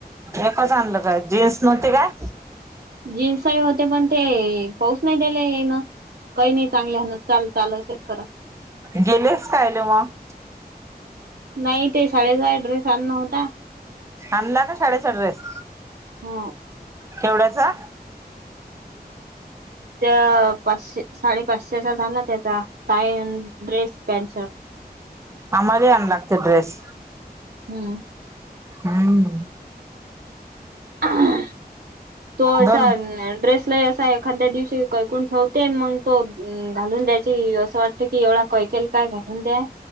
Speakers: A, on the right (about 15°); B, on the right (about 75°).
A: एकच आणल काय, जीन्स नव्हती काय?
B: जीन्स नई होते पण ते... पाोऊध्ये त्याले ईना काही नाही.. चांगले आणा, चाल.. चाल.. चेक करा.
A: गेलेस कायले मग?
B: नाही ते शाळचा ड्रेस आण होता.
A: आणला का शाळेचा ड्रेस?
B: हो
A: केवढ्याचा?
B: त्या.. य.. पाचशे.. साडेपाचशेचा झाला त्याचा टायन ड्रेस पॅन्ट -शर्ट
A: आम्हाला आणा लागते ड्रेस
B: हम्म
A: हम्म
B: ह्ह्ह्ह.. तो असा
A: दोन
B: अ.. न... ड्रेसला असा आहे. खांद्या दिवशी काय कोण ठेवते.. मग कोण, घालून द्यायची असं वाटत की एवढा कै केल काय घालून द्या.